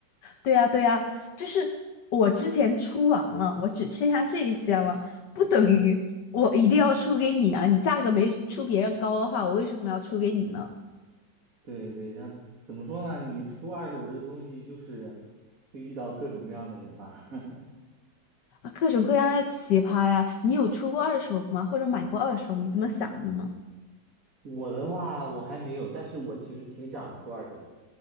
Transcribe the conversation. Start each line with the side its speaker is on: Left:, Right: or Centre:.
Left: 对呀，对呀，就是我之前出完了，我只剩下这一些了，不等于我一定要出给你啊！你价格没出别人高的话，我为什么要出给你呢？
Right: 对对，那怎么说呢？你出二手这个东西，就是会遇到各种各样的人吧。<laughs>
Left: 啊，各种各样的奇葩呀！你有出过二手吗？或者买过二手？你怎么想的呢？
Right: 我的话，我还没有，但是我其实挺想出二手的，